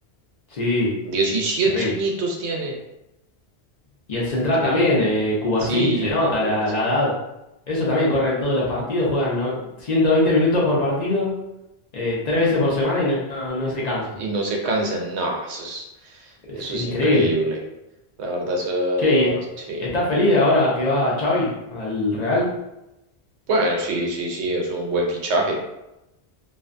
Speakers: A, on the left (about 45°); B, on the right (about 85°).
A: sí,
B: diecisiete
A: terrible.
B: añitos tiene.
A: Y el central
B: Increíble.
A: también, eh, Cubarsí,
B: Sí,
A: se nota
B: Cubar,
A: la,
B: sí.
A: la edad. Eso también corre en todos los partidos, juegan ¿no? 120 minutos por partido, eh, tres veces por semana y no, no no se cansan.
B: Y no se cansan, no, eso es,
A: Es
B: eso
A: increíble.
B: es increíble. La verdad, eso,
A: Che, ¿y est-
B: sí.
A: estás feliz de ahora que va Xavi al Real?
B: Bueno, sí, sí, sí, es un buen fichaje.